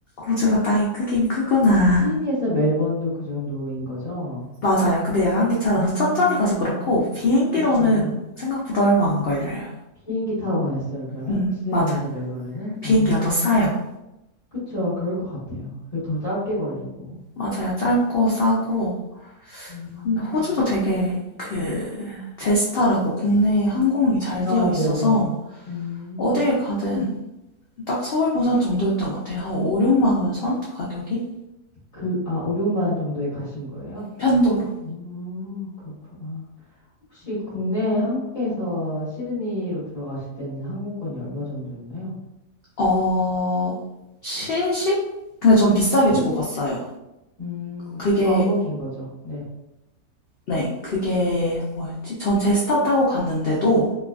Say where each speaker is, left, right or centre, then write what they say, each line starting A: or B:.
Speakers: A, on the left (about 85°); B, on the left (about 25°).
A: 호주가 땅이 크긴 크구나.
B: 시드니에서 멜번도 그 정도인 거죠?
A: 맞아요. 근데 야간 기차라서
B: 아,
A: 천천히 가서 그렇고, 비행기로는
B: 그쵸.
A: 생각보다 얼마 안 걸려요.
B: 비행기 타고 가셨어요, 그러면?
A: 음,
B: 시드니에서
A: 맞아요.
B: 멜버른은?
A: 비행기가
B: 아,
A: 더 싸요.
B: 그쵸. 그럴 것 같아요. 그게 더 짧게 걸리고.
A: 맞아요. 짧고 싸고.
B: 음,
A: 근데 호주도 되게 그, 제스타라고 국내 항공이 잘
B: 아,
A: 되어 있어서
B: 네네. 음,
A: 어딜 가든 딱 서울, 부산 정도였던 것 같아요. 한 5, 6만 원 선? 가격이?
B: 그, 아, 5, 6만 정도에 가신 거예요?
A: 편도로.
B: 어, 그렇구나. 혹시 국내 한국에서 시드니로 들어가실 때는 항공권이 얼마 정도였나요?
A: 어, 70? 근데 전 비싸게
B: 70,
A: 주고 갔어요.
B: 음,
A: 그게,
B: 왕복인 거죠. 네.
A: 네, 그게 뭐였지? 전 제스타 타고 갔는데도